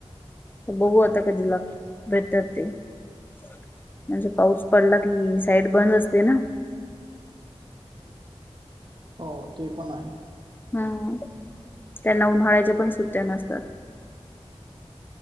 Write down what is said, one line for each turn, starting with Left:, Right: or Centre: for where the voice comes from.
Left: बघू आता कधी लागत भेटर ते म्हणजे पाऊस पडला की साईड बंद असते ना
Right: हो ते पण आहे
Left: हम त्यांना उन्हाळ्याच्या पण सुट्ट्या नसतात